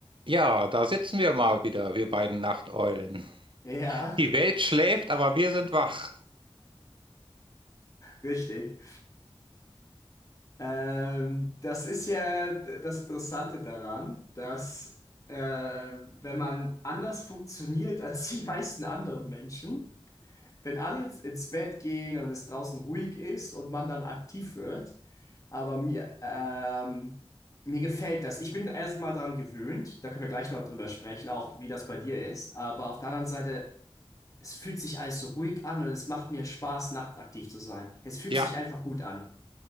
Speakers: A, on the right; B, on the left.
A: Ja, da sitzen wir mal wieder, wir beiden Nachteulen.
B: Ja,
A: Die Welt schläft, aber wir sind wach.
B: <laughs> richtig. Ähm, das ist ja das Interessante daran, dass äh, wenn man anders funktioniert <laughs> als die meisten anderen Menschen, wenn alle ins ins Bett gehen und es draußen ruhig ist und man dann aktiv wird, aber mir, ähm, mir gefällt das. Ich bin erstmal daran gewöhnt, da können wir gleich noch drüber sprechen, auch wie das bei dir ist, aber auf der anderen Seite es fühlt sich alles so ruhig an und es macht mir Spaß, nachtaktiv zu sein. Es fühlt
A: Ja,
B: sich einfach gut an.